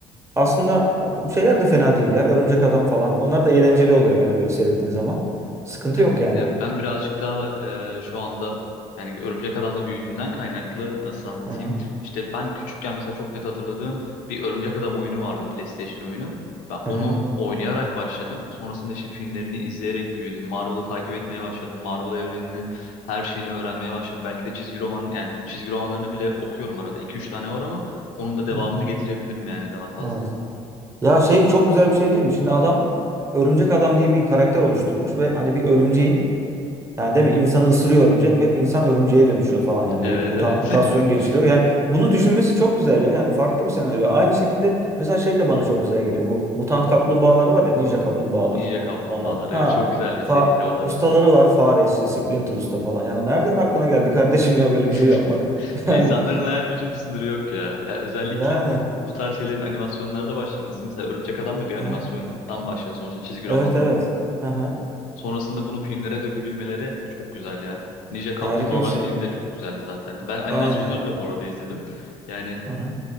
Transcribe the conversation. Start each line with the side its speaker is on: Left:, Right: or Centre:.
Right: Aslında e, şeyler de fena değil ya. Örümcek Adam falan. Onlar da eğlenceli oluyor yani böyle seyrettiğin zaman. Sıkıntı
Left: Evet,
Right: yok yani.
Left: ya ben birazcık daha e, şu anda yani Örümcek Adam'la büyüdüğümden kaynaklı nasıl anlatayım?
Right: Hı hı.
Left: İşte ben küçükken mesela çok net hatırladığım bir Örümcek Adam oyunu vardı, PlayStation oyunu. Ben
Right: Hı
Left: onu
Right: hı.
Left: oynayarak başladım. Sonrasında işte filmlerini izleyerek büyüdüm. Marvel'ı takip etmeye başladım. Marvel evrenini, her şeyini öğrenmeye başladım. Belki de çizgi roman yani çizgi romanlarını bile okuyorum arada. 2 üç tane var ama onun da devamını
Right: Hı hı.
Left: getirebilirim yani daha fazla.
Right: Evet. Ya şey çok güzel bir şey değil mi? Şimdi adam örümcek adam diye bir karakter oluşturmuş ve hani bir örümceğin yani değil mi insanı ısırıyor örümcek ve insan örümceğe dönüşüyor falan yani
Left: Evet,
Right: bir muta-
Left: evet.
Right: mutasyon
Left: <laughs>
Right: geçiriyor. Yani bunu düşünmesi çok güzel ya. Yani farklı bir senaryo. Aynı şekilde mesela şey de bana çok güzel geliyor. Bu mutant kaplumbağalar var ya ninja kaplumbağalar.
Left: Ninja Kaplumbağalar.
Right: Ona
Left: Evet,
Right: ha
Left: çok güzel bir
Right: fa
Left: seriydi o da.
Right: ustaları var fare işte Splinter Usta falan. Yani nereden aklına geldi kardeşim ya böyle
Left: <laughs>
Right: bir şey yapmak? <laughs> Yani
Left: İnsanların hayal gücünün sınırı yok ya. Ya özellikle
Right: yani
Left: bu tarz şeylerin animasyonlarda başlaması. Mesela Örümcek Adam da bir animasyondan
Right: ha,
Left: başlıyor sonuçta çizgi
Right: evet
Left: romandan.
Right: evet. Hı hı.
Left: Sonrasında bunu filmlere dökebilmeleri çok güzel ya. Ninja Kaplumbağalar
Right: Harika bir şey
Left: filmi
Right: ya.
Left: de çok güzeldi zaten. Ben animasyonlarını
Right: Aynen.
Left: da bu arada izledim. Yani
Right: Hı hı.